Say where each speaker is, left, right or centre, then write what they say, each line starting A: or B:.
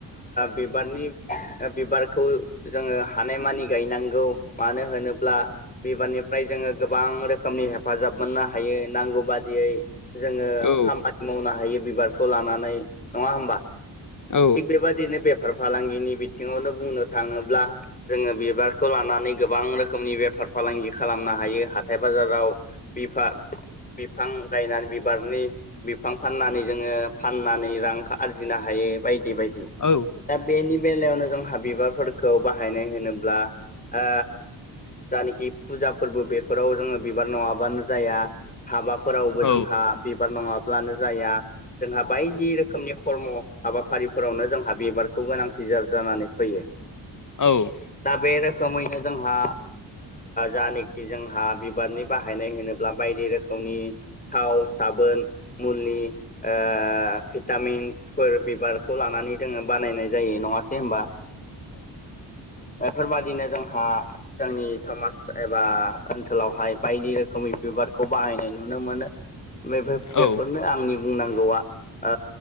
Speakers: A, on the left; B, on the left.
A: बिबारनि बिबारखौ जोङो हानायमानि गायनांगौ मानो होनोब्ला बिबारनिफ्राय जोङो गोबां रोखोमनि हेफाजाब मोननो हायो नांगौ बादियै जोङो
B: औ
A: खामानि मावनो हायो बिबारखौ लानानै नङा होमबा
B: औ
A: थिग बेबादिनो बे बेफार फालांगिनि बिथिङावनो बुंनो थाङोब्ला जोङो बिबारखौ लानानै गोबां रोखोमनि बेफार फालांगि खालामनो हायो हाथाय बाजाराव बिफां बिफां गायनानै बिबारनि बिफां फाननानै जोङो फाननानै रां आरजिनो हायो बायदि बायदि
B: औ
A: दा बेनि बेलायावनो जोंहा बिबारफोरखौ बाहायनाय होनोब्ला ओ जानोखि फुजा फोरबो बेफोराव जोङो बिबार नङाबानो जाया हाबाफोरावबो
B: औ
A: जोंहा बिबार नङाब्लानो जाया जोंहा बायदि रोखोम नि खर्म हाबाफारिफोरावनो जोंहा बिबारखौ गोनांथि जानानै फैयो
B: औ
A: दा बे रोखोमैनो जोंहा जानाखि जोंहा बिबारनि बाहायनाय होनोब्ला बायदि रोख खोमनि थाव साबोन मुलि ओ भिटामिन्सफोर बे बिबारखौ लानानै जोङो बानायनाय जायो नङासै होनबा बेफोरबादिनो जोंहा जोंनि समाज एबा ओनसोलावहाय बायदि रोखोमनि बिबारखौ बाहायनाय नुनो मोनो बे बेफोरनो
B: औ
A: आंनि बुंनांगौआ ओ